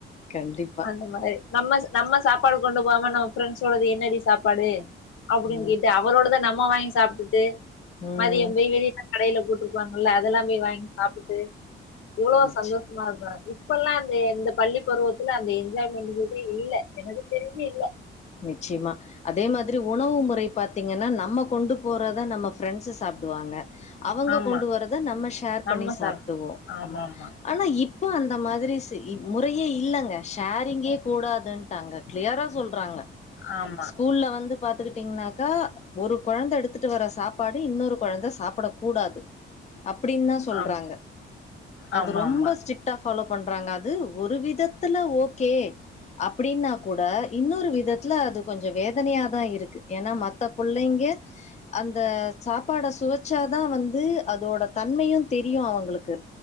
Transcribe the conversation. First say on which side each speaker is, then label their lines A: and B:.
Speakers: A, on the left; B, on the left.
A: கண்டிப்
B: அந்த மாரி நம்மச் நம்ம சாப் பாடு கொண்டு போகாம நம்ம ஃப்ரெண்ட்ஸோடது என்னடி சாப்பாடு அப்டின்னு
A: ம்
B: கேட்டு அவளோடத நம் சும்மா வாங்கி சாப்ட்டுட்டு
A: ம்
B: மதியம் போய் வெளியில கடைல போட் குடுப்பாங்கல்ல அதெல்லாமே வாங்கி சாப்டுட்டு எவ்ளோ
A: நிச்ச
B: சந்தோ இப்பொல்லா அந்த இந்த பள்ளி பருவத் இல்ல அந்த என்ஜாய்மெண்ட்டுகுறது இல்ல எனக்கு தெரிஞ்சு இல்ல
A: நிச்சயமா அதே மாதிரி உணவு முறை பாத்தீங்கன்னா நம்ம கொண்டு போறத நம்ம ஃப்ரெண்ட்ஸு சாப்டுவாங்க அவங்க
B: ஆமா
A: கொண்டு வர்றத நம்ம ஷேர்
B: நம்ம
A: பண்ணி சாப்டுவோ
B: சாப் ஆமாமா
A: ஆமா ஆனா இப்போ அந்த மாதிரி சி முறையே இல்லங்க ஷேரிங்கே கூடாதுன்ட்டாங்க க்ளியரா சொல்றாங்க
B: ஆமா
A: ஸ்கூல்ல வந்து பாத்துக்கிட்டீங்கன்னாக்கா ஒரு கொழந்த எடுத்துட்டு வர சாப்பாடு இன்னொரு கொழந்த சாப்புட கூடாது அப்படின் தா சொல்றாங்க
B: ஆம்
A: அது
B: ஆமாமா
A: ரொம்ப ஸ்ட்ரிக் ட்டா ஃபாலோ பண்றாங்க அது ஒரு விதத்துல ஓகே அப்டின்னா கூட இன்னொரு விதத் துல அது கொஞ்சோ வேதனையாதா இருக்கு ஏன்னா மத்த புள்ளைங்க அந்த சாப்பாட சுவச்சாதா வந்து அதோட தன்மையு தெரியு அவங்களுக்கு